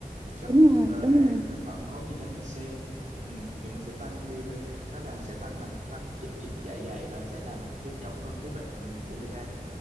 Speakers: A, on the right; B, on the right.
A: chất
B: đúng rồi
A: ờ,
B: đúng rồi
A: thực phẩm có vitamin C ừ, thì nó sẽ tăng đi lên nó làm sẽ tăng làm tăng tiết dịch dạ dày và sẽ làm nghiêm trọng hơn cái bệnh của người ta